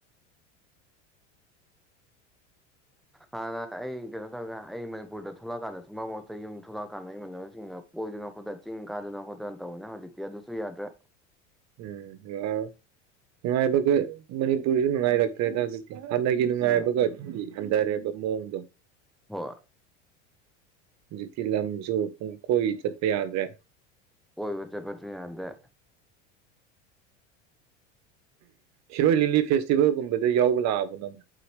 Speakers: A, in the centre; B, on the right.
A: ꯍꯥꯟꯅ ꯑꯩ ꯀꯩꯅꯣ ꯇꯧꯔꯒꯦ ꯑꯩ ꯃꯅꯤꯄꯨꯔꯗ ꯊꯣꯛꯂꯛꯑꯀꯥꯟꯗ ꯃꯔꯛ ꯃꯔꯛꯇ ꯌꯨꯝꯗ ꯊꯣꯛꯂꯛꯑꯀꯥꯟꯗ ꯑꯩ ꯃꯁꯤꯡ ꯀꯣꯏꯗꯅ ꯈꯣꯠꯇꯅ ꯆꯤꯡ ꯀꯥꯗꯅ ꯈꯣꯠꯇꯅ ꯇꯧꯕꯅꯦ ꯍꯧꯖꯤꯛꯇꯤ ꯑꯗꯨꯁꯨ ꯌꯥꯗ꯭ꯔꯦ
B: ꯎꯝ ꯅꯨꯡꯉꯥꯏꯕꯒꯤ ꯃꯅꯤꯄꯨꯔꯁꯨ ꯅꯨꯡꯉꯥꯏꯔꯛꯇ꯭ꯔꯦꯗ ꯑꯗꯨ ꯍꯥꯟꯅꯒꯤ ꯅꯨꯡꯉꯥꯏꯕꯒ
A: ꯎꯝ
B: ꯑꯗꯨꯗꯤ ꯍꯟꯊꯔꯦꯕ ꯃꯑꯣꯡꯗꯣ
A: ꯍꯣꯏ
B: ꯍꯧꯖꯤꯛꯇꯤ ꯂꯝꯁꯨ ꯄꯨꯡ ꯀꯣꯏ ꯆꯠꯄ ꯌꯥꯗ꯭ꯔꯦ
A: ꯀꯣꯏꯕ ꯆꯠꯄꯁꯨ ꯌꯥꯗ
B: ꯁꯤꯔꯣꯏ ꯂꯤꯂꯤ ꯐꯦꯁꯇꯤꯚꯦꯜꯒꯨꯝꯕꯗ ꯌꯥꯎꯕ ꯂꯥꯛꯑꯕ ꯅꯪ